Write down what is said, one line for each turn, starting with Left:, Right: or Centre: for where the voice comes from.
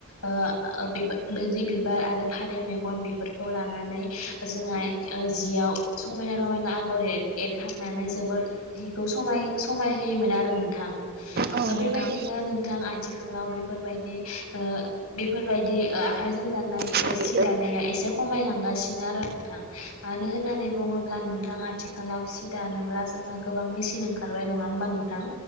Left: ओ बैग्रि बिबार आरो फारौ मेगन बेफोरखौ लानानै। जोंहा जियाव समायना रमायना आगर एर एरखांनानै जबोर हिखौ समाय समाय होयोमोन आरो नोंथां।
Right: औ
Left: ओ बेबायदिनो
Right: नोंथां
Left: नोंथां। आथिखालाव बेफोरबायदि ओ बेफोरबायदि ओ आखाइजों दाननाय।
Right: औ
Left: सि दानाया एसे खमायलांगासिनो आरो नोंथां मानो होननानै बुङोब्ला नोंथां आथिखाल। आथिखालाव सि दानोब्ला जोंहा गोबां मेसिन ओंखारबाय नङा होमबा नोंथां?